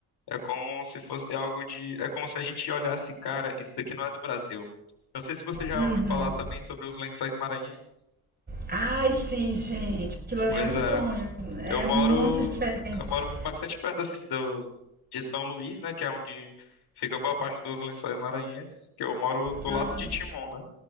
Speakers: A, on the left (about 65°); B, on the right (about 25°).
A: é como se fosse algo de, é como se a gente olhasse, cara, isso daqui não é do Brasil. Eu não sei se você já
B: Uhum.
A: ouviu falar também sobre os lençóis maranhenses.
B: Ai, sim, gente, aquilo ali
A: Pois
B: é um sonho.
A: é.
B: É
A: Eu
B: muito
A: moro,
B: diferente.
A: eu moro bastante perto assim do de São Luís, né, que é onde fica boa parte dos Lençóis Maranhenses, que eu moro do
B: Olha,
A: lado de Timon, né,